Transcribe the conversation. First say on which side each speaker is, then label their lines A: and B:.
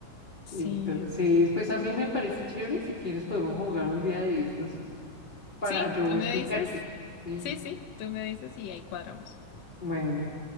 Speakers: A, on the left; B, on the left.
A: sí.
B: Entonces, pues a mí me parece chévere. Si quieres podemos jugar un día de estos para
A: Sí,
B: yo
A: tú me
B: explicarte.
A: dices,
B: Sí.
A: sí, sí, tú me dices y ahí cuadramos.
B: Bueno.